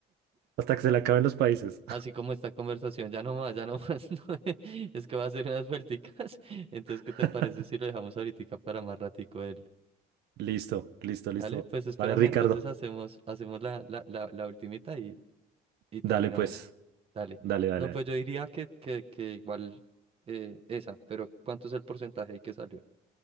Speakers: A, on the right; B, on the right.
A: Hasta que se le acaben los países.
B: así como esta conversación, ya no más, ya no más, <laughs> no, es que va a hacer unas vuelticas. <laughs> Entonces, ¿qué
A: <laughs>
B: te parece si lo dejamos ahorita para más ratico él?
A: Listo, listo, listo.
B: ¿Vale? Pues espérame,
A: Vale, Ricardo.
B: entonces hacemos, hacemos la, la, la, la ultimita y, y
A: Dale,
B: terminamos.
A: pues.
B: Dale.
A: Dale, dale,
B: No,
A: dale.
B: pues yo diría que, que, que igual eh, esa, pero ¿cuánto es el porcentaje y qué salió?